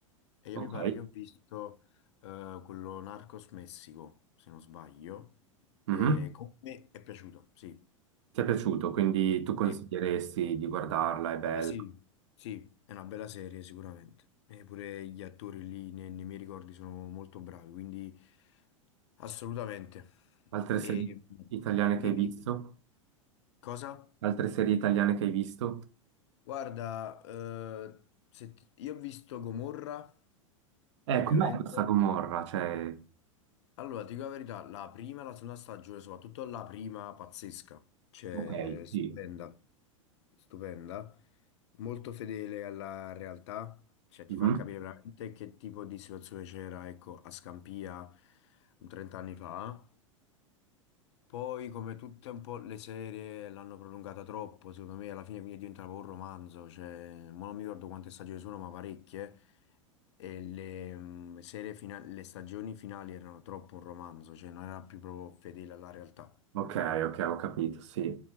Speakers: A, on the left; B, on the right.
A: e io
B: Ok.
A: mi pare che ho visto eh, quello Narcos Messico, se non sbaglio,
B: Mhm.
A: e comunque mi è piaciuto, sì.
B: Ti è piaciuto, quindi tu consiglieresti
A: Sì.
B: di guardarla, è bella.
A: Ma sì, sì, è una bella serie sicuramente. E pure gli attori lì nei, nei miei ricordi sono molto bravi, quindi assolutamente.
B: Altre
A: E
B: serie
A: dimmi,
B: italiane
A: dimmi,
B: che hai visto?
A: cosa?
B: Altre serie italiane che hai visto?
A: Guarda, eh, se ti- io ho visto Gomorra,
B: Eh,
A: ovviamente.
B: com'è questa Gomorra? Cioè...
A: Allora, ti dico la verità, la prima e la seconda stagione, soprattutto la prima, pazzesca. Cioè,
B: Ok,
A: stupenda,
B: sì.
A: stupenda. Molto fedele alla realtà, cioè ti
B: Mhm.
A: fa capire veramente che tipo di situazione c'era, ecco, a Scampia un 30 anni fa. Poi, come tutte un po' le serie, l'hanno prolungata troppo, secondo me, alla fine quindi diventava un romanzo, cioè, mo non mi ricordo quante stagioni sono, ma parecchie, e le, mm, serie fina- le stagioni finali erano troppo un romanzo, cioè non era più proprio fedele alla realtà.
B: Ok, ok, ho capito, sì.